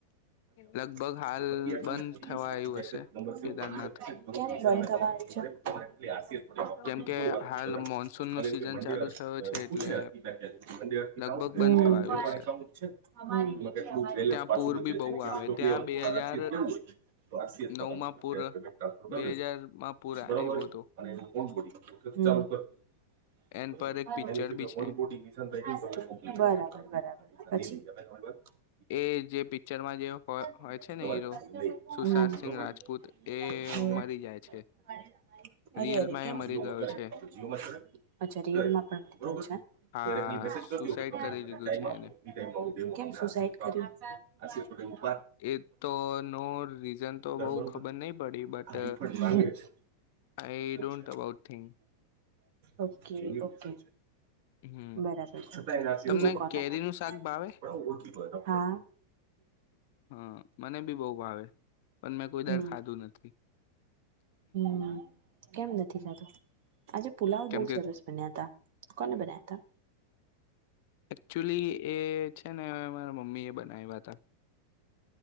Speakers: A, on the left; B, on the right.
A: લગભગ.
B: અત
A: હાલ બંધ થવા આવ્યું હશે
B: <unintelligible>
A: કેદારનાથ
B: વે પૂ
A: કેમકે હાલ મોનસૂન નું સિઝન
B: અિે
A: ચાલુ થયો છે એટલે
B: અિછે
A: લગભગ બંધ થવા આવ્યું
B: છે
A: હશે
B: <unintelligible>
A: ત્યાં પૂર બી બહુ આવે ત્યાં બે
B: વય
A: હજાર
B: તો
A: નવ માં
B: ટ્રાન્સફર
A: પૂર
B: કરી
A: બે હજારમાં પૂરા
B: દઈશ,
A: આવ્યો હતો
B: બરોબર. અને એ
A: એન પર એક પિક્ચર
B: ફ
A: બી છે
B: બરાબર, બરાબર પછી.
A: એ જે પિક્ચર માં જે
B: અ
A: હોય છે ને હીરો સુશાંત સિંહ રાજપૂત એ મરી જાય છે રિયલમાં એ મરી ગયો છે હા સુસાઈડ કરી લીધું છે એને
B: <unintelligible>
A: એ તો નો રીઝન, તો
B: તારે
A: બહુ
B: બરોબર
A: ખબર નહીં પડી, બટ
B: આ રિફંડ માંગે છે
A: આઈ don't
B: છે
A: about think.
B: Okay, okay.
A: હમ
B: બરાબર.
A: તમને કેરીનું શાક ભાવે
B: હા.
A: હા, મને બી બહુ ભાવે. પણ મેં કોઈ
B: હમ,
A: દર ખાધું નથી
B: હમ, કેમ નથી થતુ, આજે પુલાવ
A: કેમકે
B: બહુ સરસ બન્યા હતા. કોને બનાયા હતા?
A: એકચુલી એ છે ને, મારા મમ્મી એ બધા નહીં, વાતા